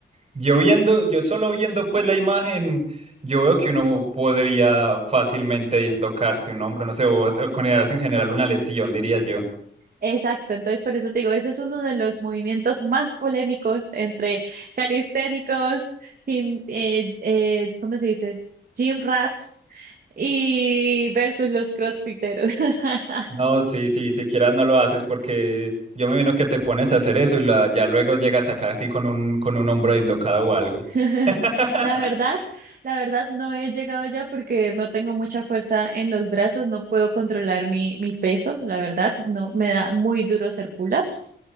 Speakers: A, on the right (about 35°); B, on the right (about 50°).
A: Yo viendo, yo solo viendo pues la imagen, yo veo que uno podría fácilmente dislocarse un hombro, no sé, o, o considerarse en general una lesión, diría yo.
B: Exacto, entonces por eso te digo, eso es uno de los movimientos más polémicos entre calisténicos, gim- eh, eh, ¿cómo se dice? Gym rats y versus los crossfiteros. <laughs>
A: No, sí, sí, siquiera no lo haces porque yo me vino que te pones a hacer eso y la- ya luego llegas acá así con un, con un hombro dislocado o algo.
B: <laughs>
A: <laughs>
B: La verdad, la verdad no he llegado allá porque no tengo mucha fuerza en los brazos, no puedo controlar mi, mi peso, la verdad, no me da muy duro hacer pull-ups.